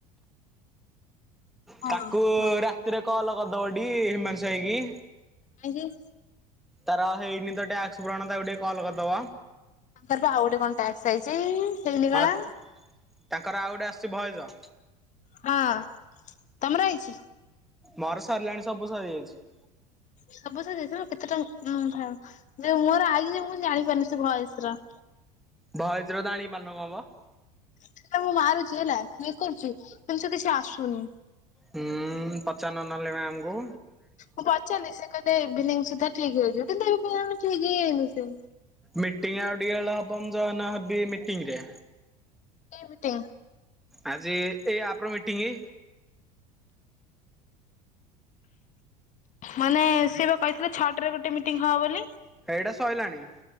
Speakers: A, on the left; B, in the centre.
A: ହଁ
B: ତାକୁ
A: ହଁ
B: ରାତିରେ କଲ କରିଦବଟିକେ ହିମାଂସୁ ଭାଇକି।
A: କାହିଁକି?
B: ତାର ହେଇନି ତ ଟ୍ୟାକ୍ସ ପୂରଣ ତାକୁ ଟିକେ କଲ କରିଦବ।
A: ତାଙ୍କର ପା ଆଉ ଗୋଟେ କଣ ଟ୍ୟାକ୍ସ ଆଇଚି ହେଇନି
B: ହଁ
A: କଣ?
B: ତାଙ୍କର ଆଉ ଗୋଟେ ଆସିଚି ଭଏଜ।
A: ହଁ ତମର ଆଇଚି?
B: ମୋର ସରିଲାଣି ସବୁ ସରିଯାଇଛି।
A: ସବୁ ସରିଯାଇଚି <unintelligible> ଯେ ମୋର ଆଇଚି ଯେ ମୁଁ ଜାଣିପାରୁନି ସେ ଭଏସ ରା।
B: ଭଏଜ ର ଜାଣି ପାରୁନ <unintelligible>
A: ହେଲେ ମୁଁ ମାରୁଚି ହେଲା କ୍ଲିକ୍ କରୁଚି କିନ୍ତୁ ସେ କିଛି ଆସୁନି।
B: ହୁଁ ପଚାରୁନ ନହେଲେ ମ୍ୟାମ୍ ଙ୍କୁ।
A: ମୁଁ ପଚାରିଲି ସେ କହିଲେ ଇଭିନିଙ୍ଗ ସୁଦ୍ଧା ଠିକ ହେଇଯିବ କିନ୍ତୁ ଏବେ ପର୍ଯ୍ୟନ୍ତ ଠିକ୍ ହେଇନି ସିଏ।
B: ମିଟିଂ ଆଉ ଟିକେବେଳେ ହବ ମୁଁ ଜଏନ ହବି ମିଟିଙ୍ଗ ରେ।
A: କେ ମିଟିଙ୍ଗ
B: ଆଜି ଏଇ ଆପର ମିଟିଙ୍ଗ।
A: ମାନେ ସିଏ ବା କହିଥିଲେ ଛଅଟ ରେ ଗୋଟେ ମିଟିଂ ହବ ବୋଲି।
B: ଏଇଟା ସଇଲାଣି।